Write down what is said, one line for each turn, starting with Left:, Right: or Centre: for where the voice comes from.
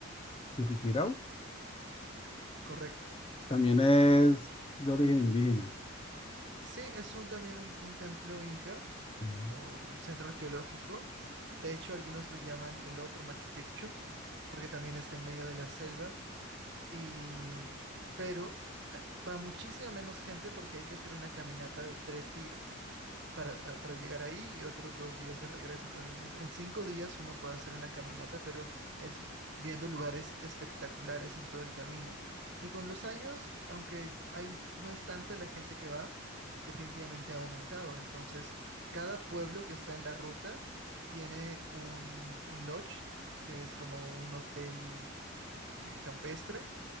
Left: Chuquicirao
Right: correcto.
Left: también es de origen indígena.
Right: Sí, es un, también un, un templo inca
Left: Mm.
Right: o un centro arqueológico. De hecho, algunos lo llaman el otro Machu Picchu, porque también está en medio de la selva. Y, pero eh, va muchísima menos gente porque hay que hacer una caminata de tres días. para, ah, para llegar ahí y otros dos días de regreso. Entonces, es- en cinco días uno puede hacer una caminata, pero es viendo lugares espectaculares en todo el camino. Y con los años, aunque hay, no es tanta la gente que va, definitivamente ha aumentado. Entonces, cada pueblo que está en la ruta tiene un, un lodge, que es como un hotel eh, campestre